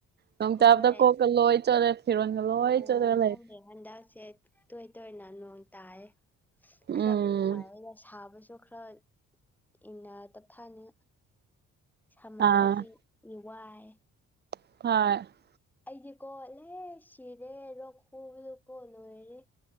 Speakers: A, on the right (about 35°); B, in the centre.
A: ꯅꯣꯡ
B: ꯍꯣꯏ
A: ꯇꯥꯕꯗ ꯀꯣꯛꯀ ꯂꯣꯏ ꯆꯣꯠꯂꯦ <unintelligible> ꯔꯣꯟꯒ ꯂꯣꯏ
B: ꯎꯝ
A: ꯆꯠꯂꯥ ꯂꯩ
B: ꯈꯪꯗꯦ ꯍꯟꯗꯛꯁꯦ ꯇꯣꯏ ꯇꯣꯏꯅ ꯅꯣꯡ ꯇꯥꯏ ꯈꯔ
A: ꯎꯝ
B: ꯐꯥꯏꯗ ꯁꯥꯕꯁꯨ ꯈꯔ ꯏꯅꯥ ꯇꯞꯊꯥꯅꯤ ꯁꯥꯃꯟꯕꯗꯤ
A: ꯑꯥ
B: ꯏꯋꯥꯏ
A: <unintelligible>
B: ꯑꯩꯗꯤ ꯀꯣꯠꯂꯦ ꯁꯤꯔꯦ ꯔꯣꯛ ꯈꯨꯨꯕꯗꯣ ꯀꯣ ꯂꯣꯏꯔꯦ